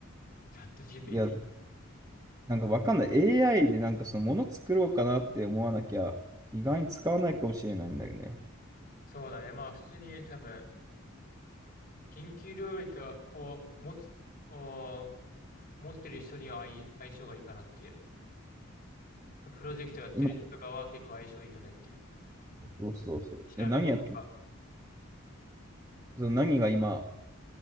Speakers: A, on the left (about 40°); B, on the right (about 15°).
A: チャット GPT。
B: いや、なんかわかんない。AI でなんかそのもの作ろうかなって思わなきゃ、意外に使わないかもしれないんだよね。
A: そうだね。まあ普通に多分、研究領域を持つ、を持ってる人には相、相性がいいかなっていう。プロジェクトやってる人とかは結構相性いいよねっていう。
B: 今、そうそうそう。
A: 調べ物とか。
B: で、何やって、その何が今、